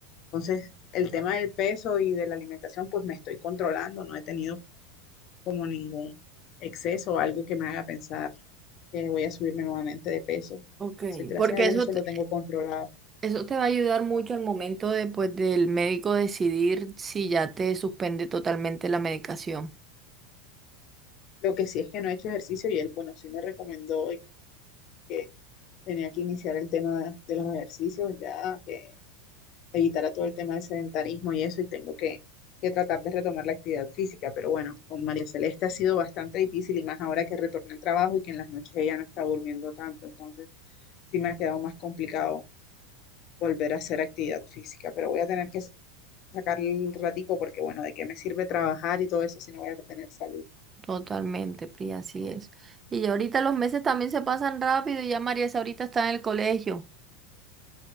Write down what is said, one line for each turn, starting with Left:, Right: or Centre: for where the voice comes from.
Left: Entonces, el tema del peso y de la alimentación, pues me estoy controlando, no he tenido como ningún exceso o algo que me haga pensar que voy a subirme nuevamente de peso.
Right: Ok,
Left: Entonces, gracias
Right: Porque
Left: a Dios
Right: eso
Left: eso
Right: te,
Left: lo tengo controlado.
Right: eso te va a ayudar mucho al momento de, pues, del médico decidir si ya te suspende totalmente la medicación.
Left: Lo que sí es que no he hecho ejercicio y él, bueno, sí me recomendó hoy que Tenía que iniciar el tema de, de los ejercicios, ya que evitara todo el tema del sedentarismo y eso, y tengo que, que tratar de retomar la actividad física. Pero bueno, con María Celeste ha sido bastante difícil y más ahora que retorné al trabajo y que en las noches ella no está durmiendo tanto, entonces sí me ha quedado más complicado volver a hacer actividad física, pero voy a tener que sacar el ratico porque bueno, ¿de qué me sirve trabajar y todo eso si no voy a tener salud?
Right: Totalmente, Pri, así es. Y ya ahorita los meses también se pasan rápido y ya María Isa ahorita está en el colegio.